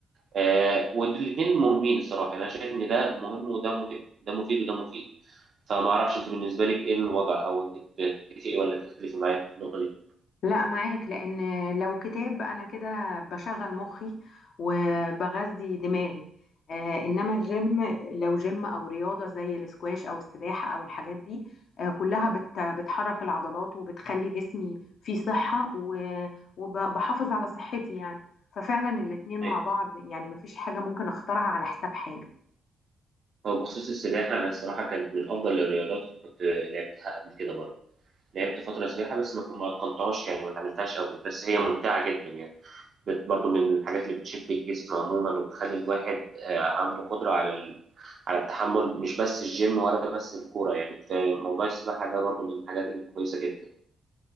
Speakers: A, on the right; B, on the left.
A: آه، والاثنين مهمين الصراحه يعني انا شايف ان ده مهم وده مهم ده مفيد وده مفيد فما اعرفش انت بالنسبه لك ايه الوضع او انت تتفقي ولا تختلفي معايا في النقطه دي
B: لا معاك لان لو كتاب انا كده بشغل مخي وبغذي دماغي آه انما الجيم لو جيم او رياضه زي الاسكواش او السباحه او الحاجات دي آه كلها بت بتحرك العضلات وبتخلي جسمي فيه صحه و- وبحافظ على صحتي يعني ففعلا الاتنين مع
A: أيوة.
B: بعض يعني مفيش حاجه ممكن اختارها على حساب حاجه
A: هو بخصوص السباحه انا الصراحه كانت من افضل الرياضات اللي كنت لعبتها قبل كده برضه لعبت فتره سباحه بس ما كنت ما اتقنتهاش يعني ما اتعلمتهاش قوي بس هي ممتعه جدا يعني بت- برضو من الحاجات اللي بتشد الجسم عموما وبتخلي الواحد آه، عنده قدرة على ال... على التحمل مش بس الجيم ولا بس الكورة يعني في موضوع السباحة ده برضو من الحاجات الكويسة جدا